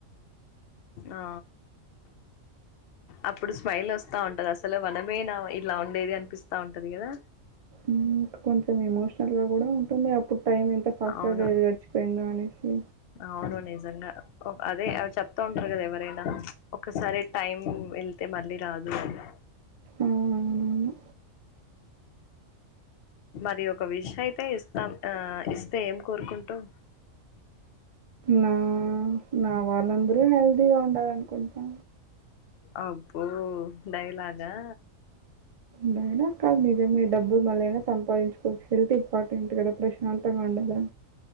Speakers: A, on the left; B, on the right.
A: ఆ అప్పుడు స్మైల్ ఓస్తా ఉంటది అస అసలు వనమేనా ఇట్లా ఉండేది అన్పిస్తా ఉంటది గదా
B: ఊ కొంచం ఎమోషనల్ గా కూడా ఉంటుంది అప్పుడు టైం ఎంత ఫాస్ట్
A: అవును
B: గా గడిచిపోయిందో అనేసి
A: అవును నిజంగా ఒ అదే అ చెప్తా ఉంటారు కదా ఎవరైనా ఒకసారి టైం ఎళ్తే మళ్ళీ రాదు గదా
B: ఆ! అవునవును.
A: మరి ఒ ఒక విష అయితే ఇస్తాం ఆ ఇస్తే ఏం కోరుకుంటవ్
B: నా నా వాళ్ళందరూ హెల్తీగా ఉండాలి అనుకుంటా
A: అబ్బో డైలాగా
B: డైలాగ్ కాదు నిజమే డబ్బు మళ్ళైనా సంపాదించుకోవచ్చు హెల్త్ ఇంపాటెంట్ కదా ప్రశాంతంగా ఉండదా